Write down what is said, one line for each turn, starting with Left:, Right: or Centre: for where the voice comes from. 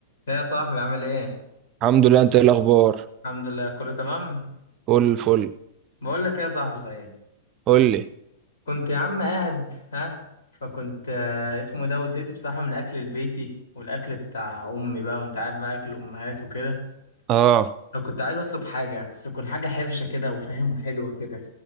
Left: يا صاحبي عامل ايه
Right: الحمد لله انت ايه الاخبار
Left: الحمد لله كله تمام
Right: فل الفل
Left: بقول لك ايه يا صاحبي صحيح
Right: قول لي
Left: كنت يا عم قاعد ها فكنت آه، اسمه ده وزهقت بصراحه من الاكل البيتي والاكل بتاع امي بقى وانت عارف بقى اكل امهات وكده
Right: اه
Left: فكنت عايز اطلب حاجه بس تكون حاجه حرشه كده وفاهم وحلوه كده